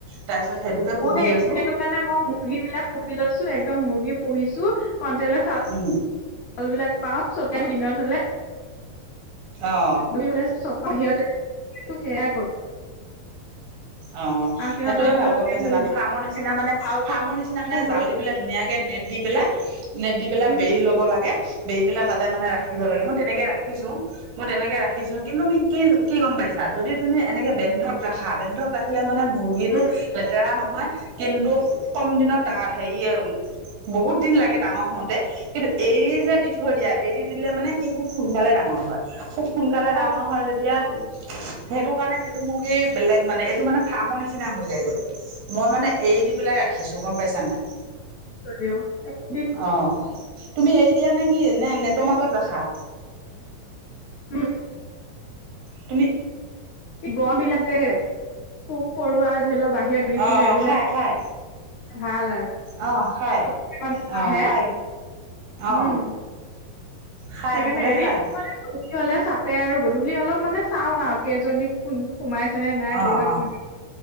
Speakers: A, on the right (about 80°); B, on the left (about 75°).
A: তাৰ পিছত সেইটোকে
B: মই
A: পুহি আছো।
B: সেইটো কাৰণে মই মুৰ্গীবিলাক পুহি লৈছো, একদম মুৰ্গী পুহিছো কণ্টলৰ চ চাউল
A: উম
B: বিলাক পাও চতিয়াও দিনত হলে।
A: অ
B: হলে চব বাহিৰতে সেয়াই কৰো।
A: অ
B: আৰু সিহঁতক
A: সেইটোয়ে
B: ধৰি
A: ভাল
B: লওক
A: গম
B: ধৰি
A: পাইছে না
B: দিওঁ
A: ফাৰ্মৰ নিচিনা
B: সিহঁতক
A: মানে
B: চাউলটো
A: ফাৰ্মৰ
B: শুকাবলে
A: নিচিনা মানে
B: হ'ল
A: জাল দি, পেলাই ধুনীয়াকে নেট দি পেলাই, নেট দি পেলাই
B: উম
A: বেৰি ল'ব লাগে বেৰি পেলাই তাতে মানে ৰাখিব লাগে মই তেনেকে ৰাখিছো। মই তেনেকে ৰাখিছো কিন্তু তুমি কি কি গম পাইছা। যদি তুমি এনেকে বেন্ধত ৰাখা বেন্ধত ৰা- -খিলে মানে মুৰ্গীটো
B: উম
A: লেতেৰা নহয়। কিন্তু খুব কম দিনত ডা হেৰিয়ে, বহুত দিন লাগে ডাঙৰ হওঁতে কিন্তু এৰি যে দি থৈ দিয়া এৰি দিলে মানে সি খুব সোনকালে ডাঙৰ হয় খুব সোনকালে
B: চব
A: ডাঙৰ হয় যেতিয়া সেইটো কাৰণে এইটো মূৰ্গী বেলেগ মানে এইটো মানে ফাৰ্মৰ নিচিনা হৈ যায়গৈ মই মানে এৰি দি পেলাই ৰাখিছো গম পাইছানে নাই
B: থৈ দিওঁ দিলো
A: অ তুমি এৰি দিয়া নে? কি নে নেটৰ মাজত ৰাখা
B: উম।
A: তুমি?
B: ব বিলাক যে পোক পৰুৱা ধৰি ল' বাহিৰত ঘূৰি ফুৰিলে
A: অ অ
B: এইবিলাক
A: খাই খাই
B: ভাল আৰু ক'ত
A: অ খাই
B: কিমান
A: অ
B: আহে
A: খাই অ
B: উম।
A: খাই
B: সেইকাৰণে
A: সিহঁতে
B: এৰি
A: খাই
B: দি গধূলি হলে চাপে আৰু গধূলি অলপ মানে চাও আৰু কেইজনী কোন সোমাইছেনে নাই
A: অ
B: কৰ'বাত
A: অ
B: কি?